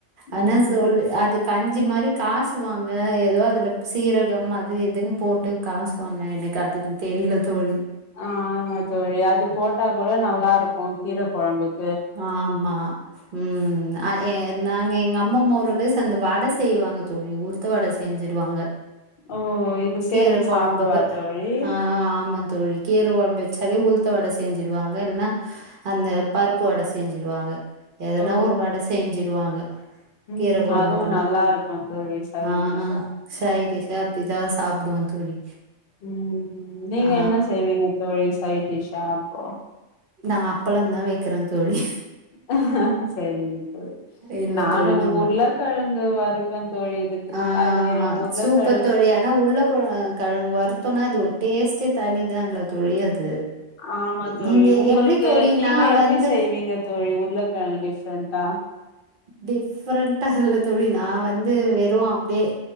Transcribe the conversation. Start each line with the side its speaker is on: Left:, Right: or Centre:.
Right: ஆனா
Left: ம்
Right: சொல் அதுக் கஞ்சி மாறி காசுவாங்க ஏதோ அதுல சீரகம் அது இதுன் போட்டு காசுவாங்க எனக் அதுன் தெரில தோழி
Left: ஆ ஆமா தோழி அது போட்டா கூட நல்லாருக்கு கீரக் கொழம்புக்
Right: ஆமா ம் அ ஏ நாங்க எங்க அம்மமா ஒரு லிஸ் அந்த வட செய்வாங்க தோழி உள்த்த வட செஞ்சிருவாங்க
Left: ஓ இது சேத்து
Right: கீரக் கொழம்புக்கு
Left: சாப்டவா தோழி
Right: ஆ ஆமா தோழி கீரக் கொழம்பு வச்சாலே உள்த்த வட செஞ் செஞ்சிடுவாங்க இல்னா அந்த பருப்பு வட செஞ்சிருவாங்க எதனா
Left: ஓ
Right: ஒரு வட சேஞ்சிடுவாங்க
Left: ம்
Right: கீர கொழம்புக்குனா
Left: அதுவு நல்லா இருக்கு தோழி சைட்
Right: ஆ
Left: டிஷ்ஷா
Right: சய்டிஸ் அப்டிதா சாப்டுவோ தோழி
Left: உம் நீங்க
Right: ஆ
Left: என்ன செய்வீங்க தோழி சைடிஸ் அப்போ
Right: நா அப்ளதா வக்குறே தோழி
Left: ஆ சரிங்
Right: இல்ல
Left: நானூ
Right: தோழி நம்ம
Left: உர்ளக்கெழங்கு வறுப்பே தோழி இதுக்கு
Right: ஆ
Left: அது
Right: ஆ
Left: உர்ளக்கெழங்
Right: சூப்பர் தோழி ஆனா உர்ள்ள கோ கெழங் வருத்தோனா அது ஒரு டேஸ்டே தனிதா இல்ல தோழி அது
Left: ஆமா தோழி
Right: நீங்க
Left: உங்ளுக்கு
Right: எப்டி தோழி
Left: நீங்க
Right: நா
Left: எப்டி
Right: வந்து
Left: செய்வீங்க தோழி உர்ல கெழங் டிப்ரெண்டா
Right: டிப்ரெண்டா இல்ல தோழி நா வந்து வெரூ அப்டியே